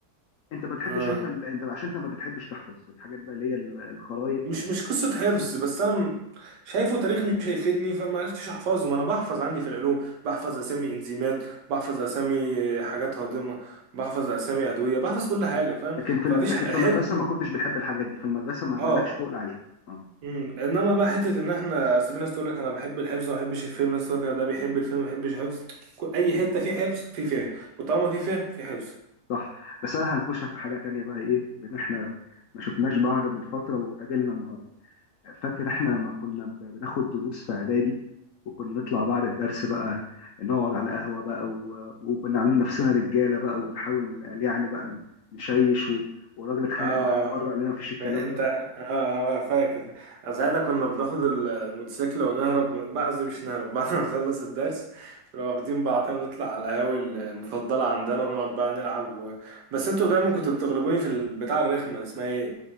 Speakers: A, on the left (about 70°); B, on the right (about 85°).
A: انت ما بتحبش
B: آه.
A: انت ال... انت عشان انت ما بتحبش تحفظ الحاجات بقى اللي هي ال- الخرايط
B: مش مش قصه حفظ بس انا م- شايفه تاريخ مش هيفيدني فما عرفتش احفظه ما انا بحفظ عندي في العلوم بحفظ اسامي انزيمات بحفظ اسامي حاجات هاضمه بحفظ اسامي ادويه بحفظ كل حاجه فاهم
A: لكن في
B: فمفيش
A: ال- لكن
B: حد
A: في المدرسه ما كنتش بنحب الحاجات دي في المدرسه ما
B: اه
A: ما لكش تقل عليها اه
B: امم انما بقى حته ان احنا اصل في ناس تقول لك انا بحب الحفظ وما بحبش الفيلم ناس تقول لك أنا ده بيحب الفيلم ما بيحبش الحفظ ك- اي حته في حفظ في فهم وطالما في فهم في حفظ
A: صح بس انا هنكشك في حاجه تانية بقى ايه لان احنا ما شفناش بعض من فتره وقابلنا النهارده فاكر احنا لما كنا ب- بناخد دروس في اعدادي وكنا نطلع بعد الدرس بقى نقعد على القهوه بقى و... وكنا عاملين نفسنا رجاله بقى ونحاول يعني بقى نشيش و... والراجل اتخانق
B: اه
A: معانا مره قال لنا مفيش الكلام
B: انت اه آه، فاكر ساعتها كنا بناخد الموتوسيكل ونهرب من- بقى قصدي مش نهرب <laughs> بعد ما نخلص الدرس نبقى واخدين بعضنا ونطلع على القهاوي المفضلة عندنا ونقعد بقى نلعب و... بس انتوا دايما كنتوا بتغلبوني في البتاع الرخمة اللي اسمها ايه